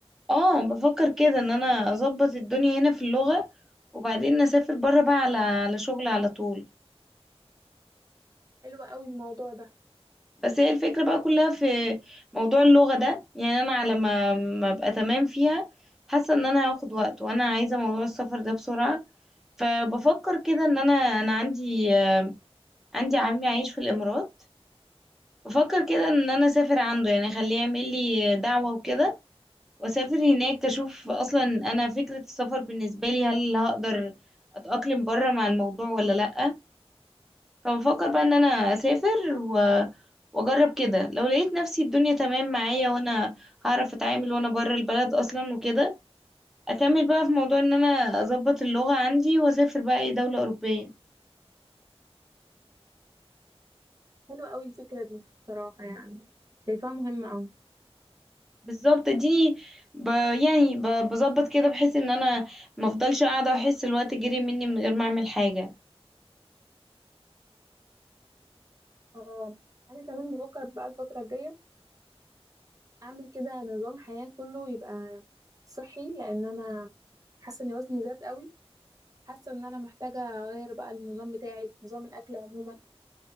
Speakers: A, in the centre; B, on the right.
A: اه بفكر كده ان انا اظبط الدنيا هنا في اللغة وبعدين اسافر بره بقى على على شغل على طول
B: حلوه قوي الموضوع ده
A: بس هي الفكرة بقى كلها في موضوع اللغة ده يعني انا على ما ما ابقى تمام فيها حاسة ان انا هاخد وقت وانا عايزة موضوع السفر ده بسرعة فبفكر كده ان انا انا عندي آه، عندي عمي عايش في الامارات بفكر كده ان انا اسافر عنده يعني اخليه يعمل لي دعوة وكده واسافر هناك اشوف اصلا انا فكرة السفر بالنسبة لي هل هقدر اتأقلم بره مع الموضوع ولا لأ فبفكر بقى ان انا اسافر و... واجرب كده لو لقيت نفسي الدنيا تمام معايا وانا هعرف اتعامل وانا بره البلد اصلا وكده اكمل بقى في موضوع ان انا اظبط اللغة عندي واسافر بقى اي دولة اوروبية
B: حلوه قوي الفكره دي صراحه يعني شايفاها مهمه قوي
A: بالظبط اديني ب... يعني ب... بظبط كده بحيث ان انا مفضلش قاعدة واحس الوقت جري مني من غير ما اعمل حاجة
B: اه انا كمان بفكر بقى الفتره الجايه اعمل كده نظام حياه كله يبقى صحي لان انا حاسه ان وزني زاد قوي حاسه ان انا محتاجه اغير بقى النظام بتاعي نظام الاكل عموما